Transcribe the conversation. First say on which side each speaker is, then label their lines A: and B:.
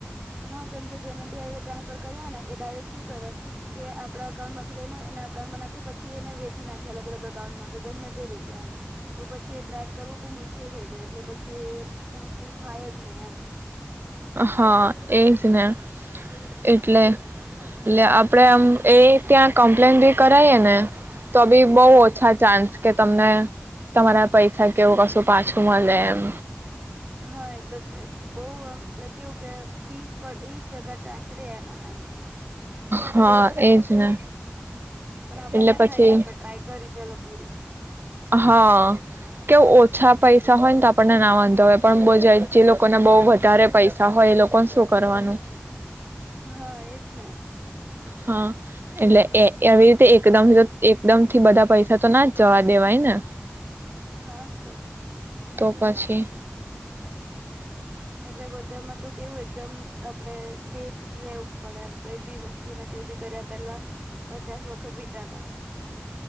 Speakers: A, on the right; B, on the right.
A: હા કેમ કે જેને બે આવી રીતે ટ્રાન્સફર કર્યા ને એ ડાયરેક્ટ શું કરે કે આપણા અકાઉન્ટમાંથી લઈને એના અકાઉન્ટમાં નાખે પછી એને વેચી નાખે અલગ અલગ અકાઉન્ટમાં કે ગમે તે રીતે એમ તો પછી એ ટ્રેક કરવું બહુ મુશ્કેલ થઈ જાય એટલે પછી એ મોસ્ટલી થાય જ નહીિ એમ
B: હા એજ ને એટલે એટલે આપડે આમ એ ત્યાં કમ્પ્લેન ભી કરાઈએ ને તો બી બહુ
A: હા
B: ઓછા ચાન્સ કે તમને તમારા પૈસા કેવું કશું પાછું મળે એમ
A: હા એ તો છે જ બહ આમ લઈ કેવકે વીસ વીસ કા ચાન્સ ર એના
B: હા એજ ને
A: પણ આપણને
B: એટલે
A: એવું
B: પછી
A: થાય કે આપણે ટ્રાય કરી ચલો પૂરી
B: હા કેવ ઓછા પૈસા હોય ને તો આપણને ના વાંધો હોય પણ બ જે લોકોને બહુ વધારે પૈસા હોય એ લોકોને શું કરવાનું
A: હા એદ ના
B: હા એટલે એવી રીતે એકદમ એકદમ થી બધા પૈસા તો ના જ જવા દેવાય ને
A: હાતો
B: તો પછી
A: એટલે બધામાં તો કેવું એકદમ આપડે સેફ રહેવું પડે એમ કઈ બી વસ્તુ ને કઈ બી કર્યા પહેલા પચાસ વખત વિચારવાનું.